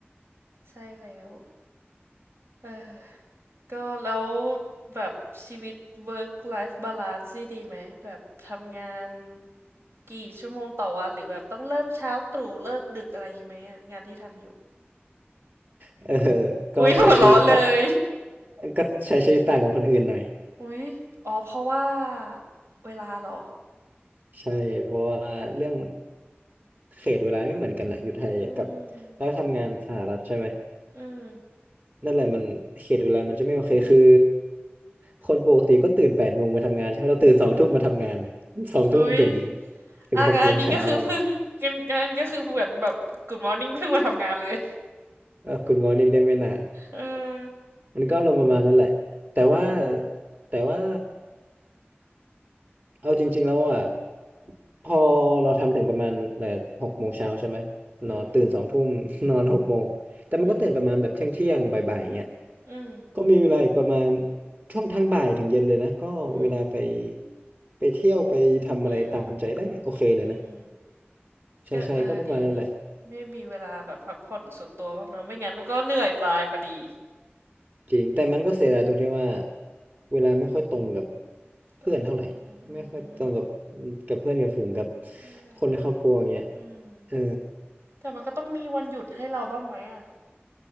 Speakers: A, on the right; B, on the right.
A: ใช่แล้วเออก็แล้วแบบชีวิต work life balance นี่ดีไหมแบบทำงาน กี่ชั่วโมงต่อวันหรือแบบต้องเริ่มเช้าตรู่เลิกดึกอะไรอย่างงี้ไหมอะงานที่ทำอยู่
B: เออก็ใช้ชีวิตตะ
A: อุ้ยหัวเราะเลย
B: ก็ใช้ชีวิตต่างกับคนอื่นหน่อย
A: อุ้ยอ๋อเพราะว่าเวลาเหรอ
B: ใช่เพราะว่าเรื่องเขตเวลาไม่เหมือนกันอะอยู่ไทยกับ
A: อืม
B: แล้วทำงานสหรัฐใช่ไหม
A: อืม
B: นั่นแหละมันเขตเวลามันจะไม่โอเคคือคนปกติก็ตื่นแปดโมงมาทำงานใช่ไหมเราตื่นสองทุ่มมาทำงาน
A: อืม
B: <laughs> สองทุ่มถึง
A: อุ้ย
B: ถึงหกโมงเช้าอย่างเงี้ย
A: อ่ะงานอันนี้ก็คือเพิ่งงานงานอันนี้ก็คือเหมือนแบบกมอร์นิ่งเพิ่งมาทำงานเลย
B: เออคุณมอร์นิ่งได้ไม่นาน
A: เออ
B: มันก็ลงประมาณนั้นแหละแต่ว่า
A: อืม
B: แต่ว่า เอาจริงๆแล้วอ่ะพอเราทำถึงประมาณแบบหกโมงเช้าใช่ไหม
A: อืม
B: นอนตื่นสองทุ่ม <laughs> นอนหกโมงแต่มันก็ตื่นประมาณแบบเที่ยงเที่ยงบ่ายๆเงี้ย
A: อืมอืม
B: ก็มีเวลาอีกประมาณช่วงทั้งบ่ายถึงเย็นเลยนะก็เวลาไป
A: อืม
B: ไปเที่ยวไปทำอะไรตามใจได้โอเคเลยนะ
A: อืมอืม
B: ใช่ใช่ก็ประมาณนั้นแหละ
A: ก็เออดีดีไม่มีเวลาแบบพักผ่อนส่วนตัวบ้างนะไม่งั้นมันก็เหนื่อยตายพอดี
B: จริงแต่มันก็เสียดายตรงที่ว่าเวลาไม่ค่อยตรงกับเพื่อนเท่าไหร่
A: กับคนอื่นอื
B: ไม่ค่อยตรงกับ
A: ม
B: กับเพื่อนกับฝูงกับ
A: ไม่เป็นไร
B: คนในครอบครัวอย่างเงี้ย
A: อืม
B: เออ
A: แต่มันก็ต้องมีวันหยุดให้เราบ้างไหมอ่ะ